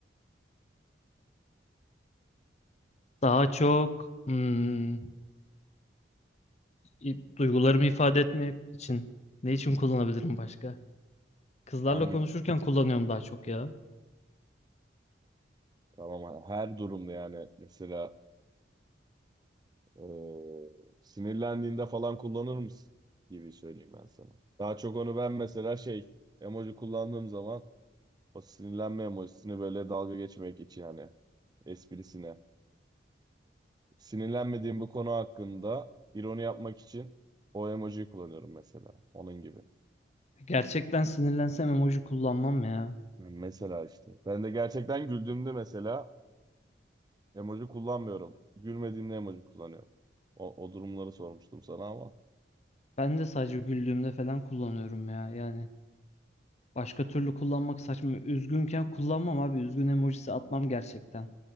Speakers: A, on the left; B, on the right.
A: Daha çok hmm, i- duygularımı ifade etmek için. Ne için kullanabilirim başka? Kızlarla
B: Hangi
A: konuşurken kullanıyorum daha çok ya.
B: tamam her durumda yani mesela eee, sinirlendiğinde falan kullanır mısın gibi söyleyeyim ben sana. Daha çok onu ben mesela şey emoji kullandığım zaman o sinirlenme emojisini böyle dalga geçmek için hani esprisine. Sinirlenmediğim bu konu hakkında ironi yapmak için o emojiyi kullanıyorum mesela. Onun gibi.
A: Gerçekten sinirlensem emoji kullanmam ya.
B: Mesela işte. Ben de gerçekten güldüğümde mesela emoji kullanmıyorum. Gülmediğimde emoji kullanıyorum. O, o durumları sormuştum sana ama.
A: Ben de sadece güldüğümde falan kullanıyorum ya. Yani başka türlü kullanmak saçma. Üzgünken kullanmam abi. Üzgün emojisi atmam gerçekten.